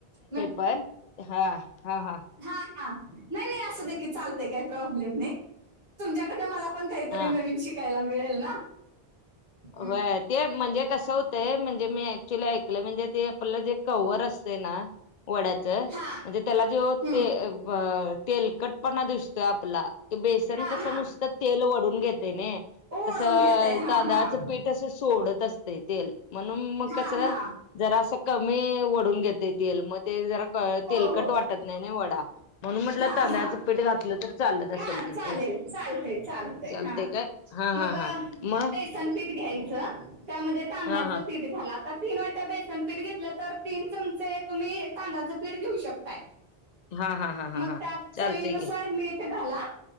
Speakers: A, on the right; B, on the left.
A: मग
B: प हा हा हा
A: हा हा नाही नाही असं देखील चालतय काही प्रॉब्लेम नाही तुमच्याकडे मला आपण काहीतरी
B: हा
A: नवीन शिकायला मिळेल ना हम्म.
B: वय ते म्हणजे कसं होतंय म्हणजे मी ऍक्च्युली ऐकलं म्हणजे ते आपलं जे क्हवर असते ना वड्याच म्हणजे
A: हा
B: त्याला जे
A: हम्म.
B: ते तेलकटपणा दिसतोय आपला ते बेसन
A: हा
B: कसं
A: हा
B: नुसतं तेल वढून घेते ना
A: ओढून
B: तसं
A: घेते हा
B: तांदळाच
A: हा
B: पीठ अस सोडत असते तेल म्हणून मग
A: हा
B: कसं
A: हा
B: जरा असं कमी वओढून घेतता येल मग ते ज
A: हो
B: तेलकट
A: हो
B: वाटत नाही वडा म्हणून म्हटलं
A: हा
B: तांदळाचं
A: हा
B: पीठ घातलं तर चालत असेल
A: हा चालेल
B: की त्याला
A: चालतय चालत
B: चालते
A: हा
B: काय हा
A: मग
B: हा हा मग
A: बेसन पीठ घ्यायचं त्यामध्ये तांदळाचं
B: हा हा
A: पीठ झा आता तीन वाट्या बेसन पीठ घेतलं तर तीन चमचे तुम्ही तांदाचं पीठ घेऊ शकताय
B: <inaudible> हा हा हा
A: मग
B: हा
A: त्या
B: चालते
A: चलीनुसार
B: की
A: मी ला